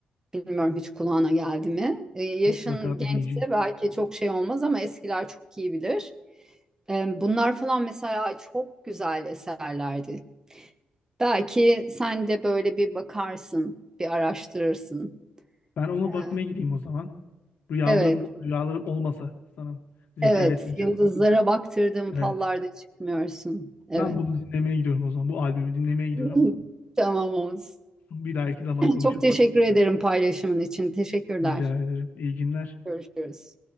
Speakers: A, on the right (about 20°); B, on the left (about 70°).
A: Bilmiyorum hiç kulağına geldi mi? Ee, yaşın
B: Mutlaka
A: gençse
B: dinleyeceğim.
A: belki çok şey olmaz ama eskiler çok iyi bilir. Ee, bunlar falan mesela çok güzel eserlerdi. Belki sen de böyle bir bakarsın, bir araştırırsın.
B: Ben ona
A: Ee,
B: bakmaya gideyim o zaman. Rüyalarım,
A: evet,
B: rüyalarım olmasa sanırım. Zekai
A: evet.
B: Tunca.
A: Yıldızlara baktırdım,
B: Evet.
A: fallarda çıkmıyorsun. Evet.
B: Ben bunu dinlemeye gidiyorum o zaman. Bu albümü dinlemeye gidiyorum.
A: <laughs> Tamam Oğuz.
B: Bir dahaki zaman konuşuruz.
A: Çok teşekkür ederim paylaşımın için. Teşekkürler.
B: Rica ederim. İyi günler.
A: Görüşürüz.